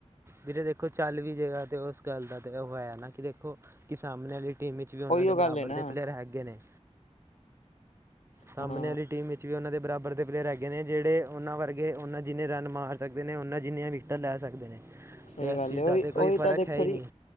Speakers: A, on the right; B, on the left.
A: ਵੀਰੇ ਦੇਖੋ ਚੱਲ ਵੀ ਜੇਗਾ ਤੇ ਉਸ ਗੱਲ ਦਾ ਤੇ ਉਹ ਹੋਇਆ ਨਾ ਕਿ ਦੇਖੋ ਕਿ ਸਾਹਮਣੇ ਵਾਲੀ ਟੀਮ ਵਿੱਚ ਵੀ ਉਹਨਾਂ
B: ਉਹੀਓ
A: ਦੇ ਬਰਾਬਰ
B: ਗੱਲ ਹੈ ਨਾ
A: ਦੇ ਪਲੇਅਰ ਹੈਗੇ ਨੇ। ਸਾਹਮਣੇ
B: ਹਾਂ
A: ਵਾਲੀ ਟੀਮ ਉਹਨਾਂ ਦੇ ਬਰਾਬਰ ਦੇ ਪਲੇਅਰ ਹੈਗੇ ਨੇ ਜਿਹੜੇ ਉਹਨਾਂ ਵਰਗੇ ਉਹਨਾਂ ਜਿੰਨੇ ਰਨ ਮਾਰ ਸਕਦੇ ਨੇ ਉਹਨਾਂ ਜਿੰਨੀਆਂ ਵਿਕ ਲੈ ਸਕਦੇ ਨੇ।
B: ਸਹੀ
A: ਤੇ ਇਸ
B: ਗੱਲ
A: ਚੀਜ਼
B: ਉਹੀ,
A: ਦਾ ਤੇ ਕੋਈ
B: ਓਹੀ
A: ਫਰਕ
B: ਤਾਂ ਦੇਖੋ
A: ਹੈ ਹੀ
B: ਜੀ
A: ਨਹੀਂ